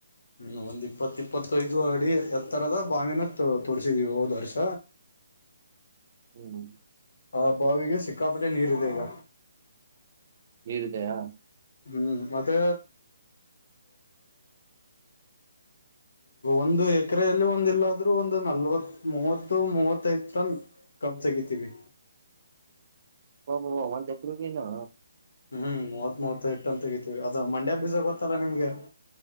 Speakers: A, on the left; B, on the right.
A: ಹ್ಮ್ ಒಂದ್ ಇಪ್ಪತ್ ಇಪ್ಪತ್ತುಐದು ಅಡಿ ಎತ್ತರದ ಬಾವಿನ ತೊ ತೋರ್ಸಿದಿವಿ ಹೋದ್ ವರ್ಷ
B: ಹ್ಮ್ ಹ್ಮ
A: ಆ ಬಾವಿಗೆ ಸಿಕ್ಕಾಪಟ್ಟೆ ನೀರ್ ಇದೆ ಈಗ
B: ನೀರುದಯಾ
A: ಹ್ಮ್ ಮತ್ತೆ ಒಂದು ಎಕ್ರೆಯಲ್ಲಿ ಒಂದ ಇಲ್ಲಾದ್ರರು ಒಂದು ನಲ್ವತ್ ಮೂವತ್ತು ಮೂವತ್ತದನ್ ಕಬ್ ತೆಗಿತೀವಿ
B: ಬ ಬ ಬ ಒಂದ್ ಎಕ್ರೆ ಮೀನಾ
A: ಹ್ಮ್ ಮೂವತ್ ಮೂವತ್ತೈದ್ ಟನ್ ತಗತಿವಿ ಅದ ಮಂಡ್ಯ ಬೀಸಾಗ ಗೊತ್ತಾಲ ನಿಮ್ಗೆ